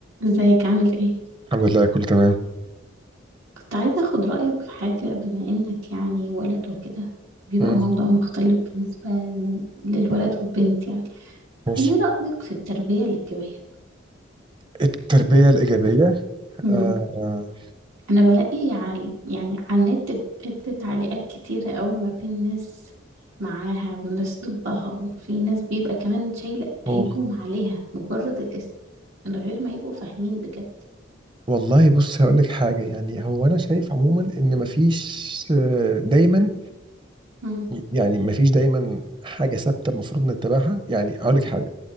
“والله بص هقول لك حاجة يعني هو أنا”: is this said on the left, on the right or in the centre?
Right